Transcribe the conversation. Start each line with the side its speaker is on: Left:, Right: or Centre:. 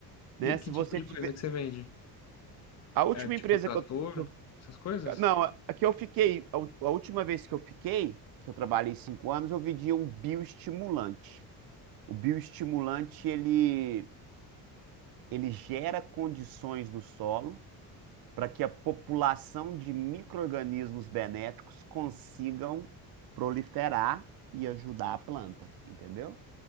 Right: né?
Left: E
Right: Se
Left: que tipo
Right: você
Left: de
Right: tiver
Left: coisa que você vende?
Right: a última
Left: É tipo
Right: empresa
Left: trator,
Right: que eu,
Left: essas coisas?
Right: que Não, aqui eu fiquei, a ú- a última vez que eu fiquei, que eu trabalhei cinco anos, eu vendia um bioestimulante. O bioestimulante, ele, ele gera condições no solo para que a população de micro-organismos benéficos consigam proliferar e ajudar a planta, entendeu?